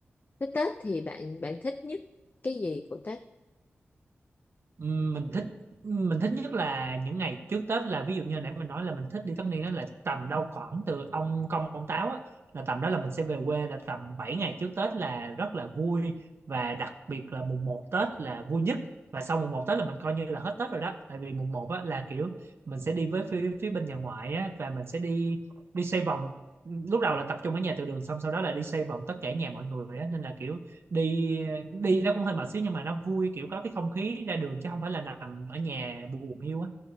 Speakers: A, on the left; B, on the right.
A: Thế Tết thì bạn bạn thích nhất cái gì của Tết?
B: Ừm, mình thích mình thích nhất là những ngày trước Tết là ví dụ như nãy mình nói là mình thích đi tất niên đó là tầm đâu khoảng từ ông Công ông Táo á là tầm đó là mình sẽ về quê là tầm 7 ngày trước Tết là rất là vui và đặc biệt là mùng một Tết là vui nhất và sau mùng một Tết là mình coi như là hết Tết rồi đó tại vì mùng một á là kiểu mình sẽ đi với phía, phía bên nhà ngoại á và mình sẽ đi đi xoay vòng lúc đầu là tập trung ở nhà từ đường xong sau đó là đi xoay vòng tất cả nhà mọi người á nên là kiểu đi đi nó cũng hơi mệt xíu nhưng mà nó vui kiểu có cái không khí ra đường chứ không phải là nằm ở nhà buồn hiu á